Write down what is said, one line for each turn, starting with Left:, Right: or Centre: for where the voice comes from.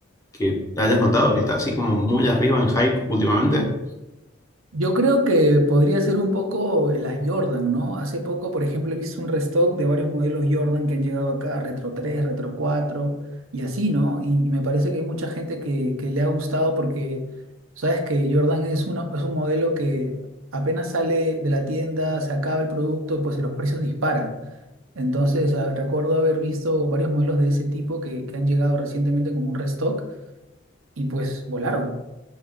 Left: que hayas notado que está así como muy arriba en hype últimamente?
Right: Yo creo que podría ser un poco las Jordan, ¿no? Hace poco, por ejemplo, he visto un restock de varios modelos Jordan que han llegado acá, Retro tres, Retro cuatro y así, ¿no? Y, y me parece que hay mucha gente que, que le ha gustado porque, sabes que Jordan es, una, es un modelo que apenas sale de la tienda, se acaba el producto, pues los precios disparan. Entonces, ah, recuerdo haber visto varios modelos de ese tipo que, que han llegado recientemente como un restock y pues volaron.